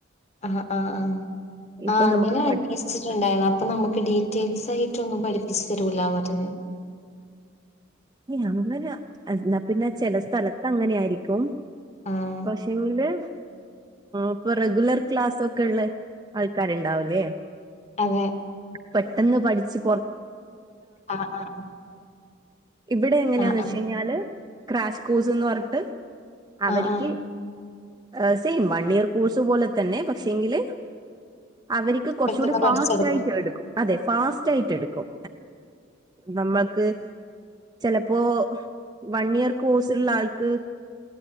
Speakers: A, on the left (about 35°); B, on the right (about 20°).
A: ആാ ആാ ആാ
B: ഇപ്പൊ
A: ആാ അങ്ങനെ
B: നമുക്ക് പ
A: അന്വേഷിച്ചിട്ട് ഉണ്ടാര്ന്നു അപ്പൊ നമ്മക്ക് ഡി ഡറ്റേൽസ് ആയിട്ടൊന്നും പഠിപ്പിച്ചു തെരൂല്ലാ പറഞ്ഞ്
B: അങ്ങനെ എന്നാ പിന്നെ ചെല സ്ഥലത്ത് അങ്ങനെ ആാരിക്കും
A: ആഹ്
B: പശേങ്കില് ഇപ്പൊ റെഗുലർ ക്ലാസ് ഒക്കെ ഒള്ള ആൾക്കാര് ഇണ്ടാവൂല്ലോ
A: അതെ
B: പെട്ടെന്ന് പഠിച്ചു
A: ആഹ് ആഹ്
B: ഇവടെ എങ്ങനെയാന്ന്
A: ആഹ്
B: വെച്ച്
A: ആഹ്
B: കഴിഞ്ഞാല് ക്രാഷ് കോസ് എന്ന് പറഞ്ഞിട്ട് അവരിക്കി
A: ആഹ് ആഹ്
B: യ് സെയിം വൺ ഇയർ കോഴ്സ് പോലെ തന്നെ പശേങ്കില് അവരിക്ക് കൊറച്ചുകൂടി
A: പെട്ടെന്ന്
B: ഫാസ്റ്റ്
A: പഠിച്ചെടുക്കാം
B: ആയിട്ട് എട്ക്കും അതെ ഫാസ്റ്റ് ആയിട്ട് എടുക്കും നമ്മക്ക് ചെലപ്പോ വൺ ഇയർ കോഴ്സുള്ള ആൾക്ക്